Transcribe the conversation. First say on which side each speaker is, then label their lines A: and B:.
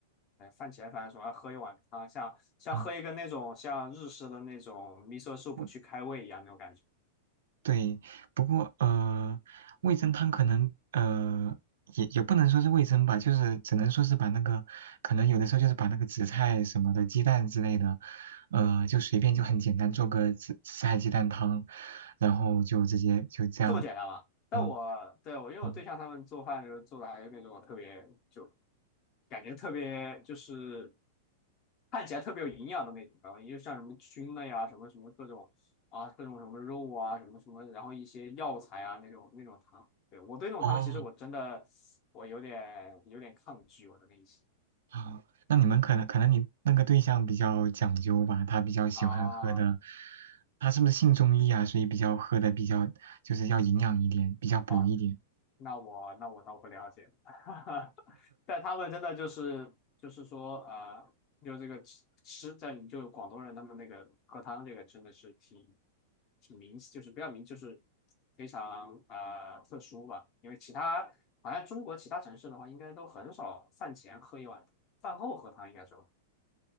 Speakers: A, on the left; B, on the right.
A: 哎，饭前反正总要喝一碗汤，像像喝一个那种像日式的那种
B: 嗯，
A: miso soup
B: 我
A: 去开胃一样那种感觉。
B: 对，不过呃，味噌汤可能呃也也不能说是味噌吧，就是只能说是把那个可能有的时候就是把那个紫菜什么的、鸡蛋之类的，呃，就随便就很简单做个紫紫菜鸡蛋汤，然后就直接就这样，
A: 这么简单吗？但我对我因为我对象他们做饭就是做的还有那种特别就
B: 嗯嗯，
A: 感觉特别就是看起来特别有营养的那种，然后也就像什么菌类啊，什么什么各种啊，各种什么肉啊，什么什么，然后一些药材啊那种那种汤。对，我对那种汤其实我真的我有点有点抗拒我的内心
B: 哦啊，那你们可能可能你那个对象比较讲究吧，他比较喜欢喝的，
A: 啊
B: 他是不是信中医啊？所以比较喝的比较就是要营养一点，比较补一点。
A: 啊，那我那我倒不了解，<laughs> 但他们真的就是就是说呃，就这个吃吃在你就广东人他们那个喝汤这个真的是挺挺明，就是不要明，就是非常呃特殊吧，因为其他好像中国其他城市的话，应该都很少饭前喝一碗，饭后喝汤应该说